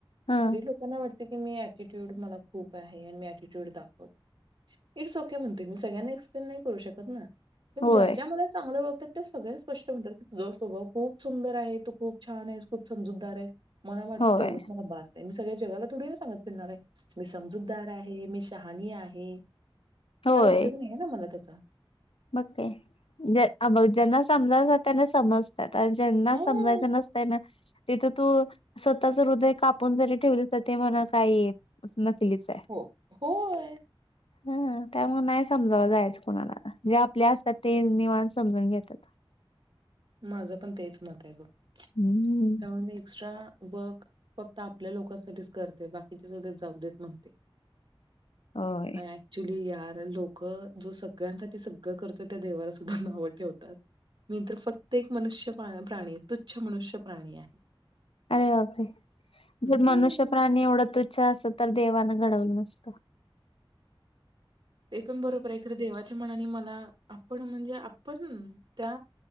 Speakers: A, on the left; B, on the right.
A: हा
B: तरी लोकांना वाटतय की मी ऍटिट्यूड मला खूप आहे आणि मी ऍटिट्यूड दाखवत इट्स ओके म्हणते मी सगळ्यांना एक्सप्लेन नाही करू शकत ना पण
A: होय
B: ज्या -ज्या मला चांगलं ओळखतात ते सगळ्या स्पष्ट म्हणतात जो स्वभाव खूप सुंदर आहे तो खूप छान आहे खूप समजूतदार आहे मला वाटत
A: होय
B: तेवढंच मला भास आहे मी सगळ्या जगाला थोडी सांगत फिरणार आहे मी समजूतदार आहे मी शहानी आहे आहे
A: होय
B: काय उपयोग नाही ना मला त्याचा
A: मग काय ना समजाता त्याना समजत आता ज्यांना
B: हां,
A: समजायचं नसतंय ना तिथं तू स्वतःच हृदय कापून जरी ठेवले तर ते म्हणा काय नसलीच आहे,
B: हो, होय.
A: हं हं त्यामुळ नाही समजावाय जायच कोणाला जे आपले असतात ते निवांत समजून घेत्यात
B: माझं पण तेच मत आहे बघ त्यामुळे
A: हम्म
B: मी एक्स्ट्रा वर्क फक्त आपल्या लोकांसाठीच करते बाकीचे सगळे जाऊ देत म्हणते.
A: होय.
B: अ. ऍक्चुली आर.. लोक जो सगळ्यांसाठी सगळं करतोय त्या देवाला सुद्धा नावं ठेवतात <inaudible> मी तर फक्त एक मनुष्य- प्राणी तुच्छ मनुष्य प्राणी आहे.
A: अरे बापरे!
B: हम्म,
A: जर मनुष्य प्राणी एवढा तुच्छ तुच्छ असल तर देवानं घडवलं नसत.
B: ते पण बरोबर <inaudible> आहे इकडे देवाच्या मनाने मला आपण म्हणजे आपण त्या